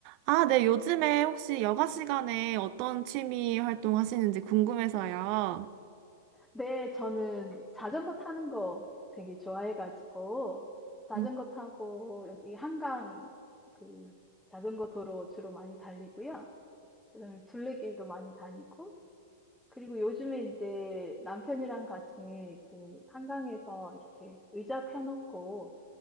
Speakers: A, on the right; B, in the centre.
A: 아, 네, 요즘에 혹시 여가 시간에 어떤 취미 활동 하시는지 궁금해서요.
B: 네, 저는 자전거 타는 거 되게 좋아해가지고, 자전거
A: 음,
B: 타고 여기 한강 그 자전거 도로 주로 많이 달리고요. 그다음에 둘레길도 많이 다니고, 그리고 요즘에 이제 남편이랑 같이 그 한강에서 이렇게 의자 펴놓고